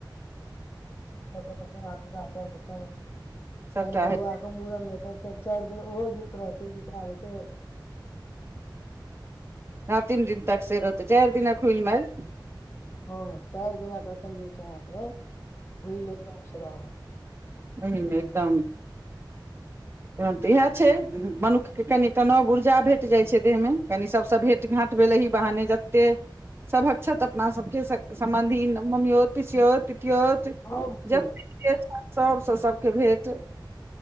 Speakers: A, on the left; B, on the right.
A: सब पर त बात विदा क' देतै
B: सबटा
A: फेर बरुआके
B: हय
A: मूड़नमे हेतै फेर चारि दिन ओहो गीत रहतै गीतनाद हेतैय
B: रातिम दिन तक से रहतै चारि दिनक हूइल माइल
A: हँ चारि दिनक एखन जे छै अहाँके हुइल एकदमसँ रहत
B: नै नै नै एकदम तहन तऽ यैह छै मनुख के कनी त नव ऊर्जा भेट जाइत छै देहमे कनी सभसँ भेँटघांट भेल एहि बहाने जते सबहक़ छत अपना सबके सम्न्धी ममियौत पिसियौत कियोत
A: सब
B: जतेक
A: हुइल
B: जे छैथ सभसँ सबके भेट